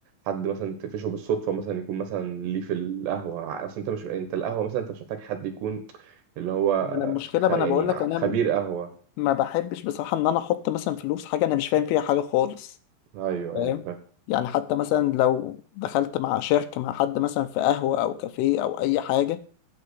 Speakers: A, on the right; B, on the left.
A: حد مثلا تقفشه بالصدفة مثلا يكون مثلا ليه في القهوة ع- أصل أنت مش أنت القهوة مثلا أنت مش محتاج حد يكون اللي هو
B: ما انا المشكله
A: خ...
B: ما
A: يعني
B: انا بقول لك
A: ع-
B: انا
A: خبير
B: م-
A: قهوة
B: ما بحبش بصراحه ان انا احط مثلا فلوس حاجه انا مش فاهم فيها حاجه خالص
A: أيوه
B: فاهم
A: أيوه
B: يعني حتى مثلا لو دخلت مع شركه مع حد مثلا في قهوه او كافيه او اي حاجه